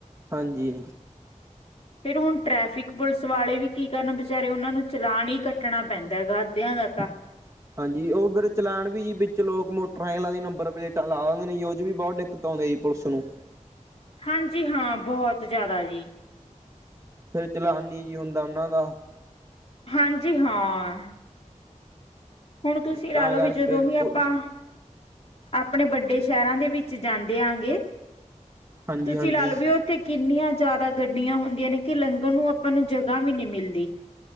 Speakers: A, on the right; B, on the left.
A: ਹਾਂਜੀ।
B: ਫਿਰ ਹੁਣ ਟ੍ਰੈਫਿਕ ਪੁਲਿਸ ਵਾਲੇ ਵੀ ਕੀ ਕਰਨ ਵਿਚਾਰੇ ਉਹਨਾਂ ਨੂੰ ਚਲਾਨ ਹੀ ਕੱਟਣਾ ਪੈਂਦਾ ਹੈਗਾ ਅੱਧਿਆਂ ਦਾ ਤਾਂ
A: <inaudible> ਹਾਂਜੀ ਉਹ ਫਿਰ ਚਲਾਨ ਵੀ ਜੀ ਵਿੱਚ ਲੋਕ ਮੋਟਰ ਲਾਈ ਦੀ ਨੰਬਰ ਪਲੇਟਾਂ ਲਾ ਦੇ ਜੀ ਉਹ ਚ ਵੀ ਬਹੁਤ <unintelligible> ਪੁਲਿਸ ਨੂੰ
B: ਹਾਂਜੀ ਹਾਂ ਬਹੁਤ ਜ਼ਿਆਦਾ ਜੀ
A: ਫਿਰ ਚਲਾਨ ਨਹੀਂ ਜੀ ਹੁੰਦਾ ਉਹਨਾਂ ਦਾ
B: ਹਾਂਜੀ ਹਾਂ ਹੁਣ ਤੁਸੀਂ
A: ਤਾਂ
B: ਲਾ ਲਓ
A: ਕਰਕੇ
B: ਵੀ ਜਦੋਂ ਵੀ ਆਪਾਂ
A: ਪੁਲਿਸ
B: ਆਪਣੇ ਵੱਡੇ ਸ਼ਹਿਰਾਂ ਦੇ ਵਿੱਚ ਜਾਂਦੇ ਆਗੇ
A: ਹਾਂਜੀ
B: ਤੁਸੀਂ
A: ਹਾਂਜੀ
B: ਲਾ ਲਓ ਵੀ ਉੱਥੇ ਕਿੰਨੀਆਂ ਜ਼ਿਆਦਾ ਗੱਡੀਆਂ ਹੁੰਦੀਆਂ ਨੇ ਕਿ ਲੰਘਣ ਨੂੰ ਆਪਾਂ ਨੂੰ ਜਗ੍ਹਾ ਵੀ ਨਹੀਂ ਮਿਲਦੀ